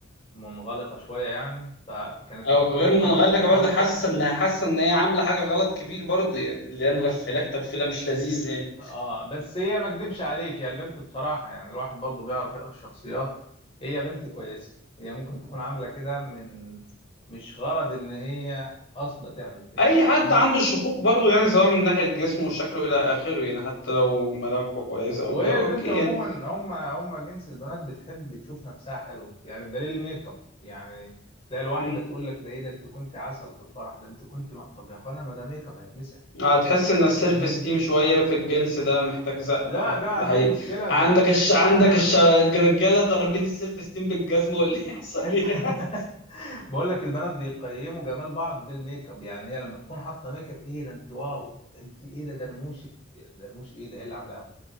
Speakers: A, on the left; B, on the left.
A: منغلقه شويه يعني فكانت
B: او
A: مكسوفه
B: غير منغلقة
A: ومرتبكه
B: برضه حاسة ان حاسة ان هي عاملة حاجة غلط كبير برضه يعني اللي هي مغفلاك تغفلة مش لذيذة يعني
A: اه بس هي ما اكدبش عليك هي البنت بصراحة يعني الواحد برضو بيعرف يقرا الشخصيات هي بنت كويسة هي ممكن تكون عاملة كده من مش غرض ان هي قاصدة تعمل كده
B: اي
A: فاهمني
B: حد عنده شكوك برضه يعني سواء من ناحية جسمه وشكله الى اخره يعني حتى لو ملامحه كويسة او
A: وهي
B: كده اوكي
A: البنت عموما
B: يعني
A: هم هم جنس البنات بتحب تشوف نفسها حلوة يعني بدليل الميك اب يعني تلاقي الواحدة
B: مم.
A: تقول لك ده ايه ده انت كنت عسل في الفرح ده انت كنت م... طب يا اخوانا ما ده ميك اب هيتمسح
B: هتحس
A: يعني
B: ان السيلف
A: فاهمني
B: esteem شويه في الجنس ده محتاج زق
A: لا
B: اه
A: ده عندهم
B: ده حقيقي
A: مشكلة
B: عندك
A: في ال...
B: الش...
A: في البتاع
B: عندك الش... الرجاله ضاربين السيلف esteem بالجزمه واللي <laughs> يحصل
A: انت
B: يحصل
A: <laughs> بقول لك البنات بيقيموا جمال بعض بالميك اب يعني هي لما تكون حاطه ميك اب ايه ده انت واو انت ايه ده درموشك درموش ايه ده هي اللي عاملاهم